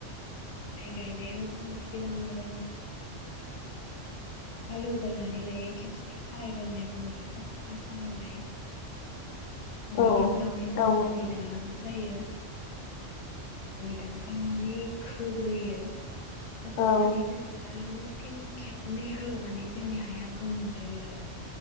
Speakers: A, on the left; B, on the left.
A: माय गायनायाव जों सिगांग्रो हालेवगोरानै लायो खेबसे खारायगोरोनाय बुङो बेखौ फासट हालोनाय।
B: औ
A: बिनि उनावहाय जोङो
B: औ
A: आलि दाननांगौ जायो। दानखांनानै खोग्रोयो। खोखांनानै
B: औ
A: जों आरोबाव फिन खेबनै हालेवनानै जोंनि हाया गोमोन जायो आरो